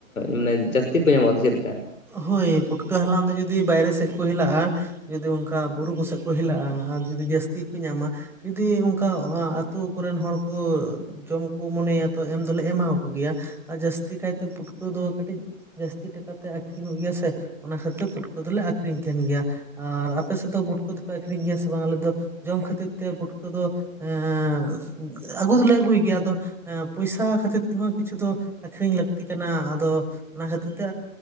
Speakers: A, on the left; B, in the centre.
A: ᱢᱟᱱᱮ ᱡᱟᱹᱥᱛᱤ ᱠᱚ ᱧᱟᱢᱚᱜᱼᱟ ᱥᱮ ᱪᱮᱫ ᱞᱮᱠᱟ?
B: ᱦᱳᱭ ᱯᱩᱴᱠᱟᱹ ᱦᱟᱞᱟᱝ ᱫᱚ ᱡᱩᱫᱤ ᱵᱟᱭᱨᱮ ᱥᱮᱫ ᱠᱚ ᱦᱮᱞᱟᱜ-ᱟ ᱡᱩᱫᱤ ᱚᱱᱠᱟ ᱵᱩᱨᱩ ᱠᱚᱥᱮᱫ ᱠᱚ ᱦᱮᱞᱟᱜᱼᱟ ᱟᱨ ᱡᱩᱫᱤ ᱡᱟᱹᱥᱛᱤ ᱠᱚ ᱧᱟᱢᱟ ᱡᱩᱫᱤ ᱚᱱᱠᱟ ᱟᱹᱛᱩ ᱠᱚᱨᱮᱱ ᱦᱚᱲ ᱠᱚ ᱡᱚᱢ ᱠᱚ ᱢᱚᱱᱮᱭᱟ ᱛᱚ ᱮᱢ ᱫᱚᱞᱮ ᱮᱢᱟᱣᱟᱠᱚ ᱜᱮᱭᱟ ᱟᱨ ᱡᱟᱹᱥᱛᱤ ᱠᱟᱭᱛᱮ ᱯᱩᱴᱠᱟᱹ ᱫᱚ ᱠᱟᱹᱴᱤᱡ ᱡᱟᱹᱥᱛᱤ ᱴᱟᱠᱟᱛᱮ ᱟᱠᱷᱨᱤᱧᱚᱜ ᱜᱮᱭᱟ ᱥᱮ ᱚᱱᱟ ᱠᱷᱟᱹᱛᱤᱨ ᱯᱩᱴᱠᱟᱹ ᱫᱚᱞᱮ ᱟᱠᱷᱨᱤᱧ ᱛᱟᱦᱮᱱ ᱜᱮᱭᱟ᱾ ᱟᱨ ᱟᱯᱮ ᱥᱮᱫ ᱫᱚ ᱯᱩᱴᱠᱟᱹ ᱫᱚᱯᱮ ᱟᱠᱷᱨᱤᱧ ᱜᱮᱭᱟ ᱥᱮ ᱵᱟᱝ ᱟᱞᱮ ᱫᱚ ᱡᱚᱢ ᱠᱷᱟᱹᱛᱤᱨ ᱛᱮ ᱯᱩᱴᱠᱟᱹ ᱫᱚ ᱮᱸ ᱟᱹᱜᱩ ᱫᱚᱞᱮ ᱟᱹᱜᱩᱭ ᱜᱮᱭᱟ ᱟᱫᱚ ᱯᱚᱭᱥᱟ ᱠᱷᱟᱹᱛᱤᱨ ᱛᱮᱦᱚᱸ ᱠᱤᱪᱷᱩ ᱫᱚ ᱟᱠᱷᱨᱤᱧ ᱞᱟᱹᱠᱛᱤ ᱠᱟᱱᱟ ᱟᱫᱚ ᱚᱱᱟ ᱠᱷᱟᱹᱛᱤᱨ ᱛᱮ